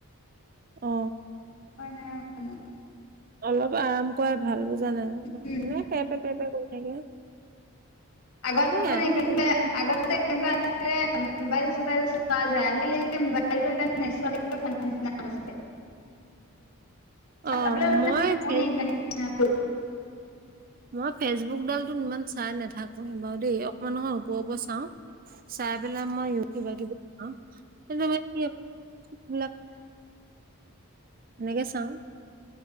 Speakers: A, on the right; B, on the left.
A: অ
B: উপায় নাই অন
A: অলপ আৰাম কৰাই ভাল বুজা নাই কোনে
B: উম
A: পেপে পেপে কৰি থাকে।
B: আগতে
A: সেয়াই এতিয়া
B: আগতে তেনেকুৱা যে মোবাইল চোবাইল চোৱা যায় আজিকালি মোবাইলটো নোচোৱা নিচিনা হয় চাবলে
A: অ',
B: মন
A: মই ফেচ
B: নোজোৱা নিচিনা হৈছে
A: মই ফেচবুকডালটো ইমান চাই নাথাকো বাৰু দেই অকমান অকমান ওপৰে ওপৰে চাওঁ চাই পেলাই মই ইউটিউবত কিবা কিবি চাঁও এইবিলাক সেনেকে চাওঁ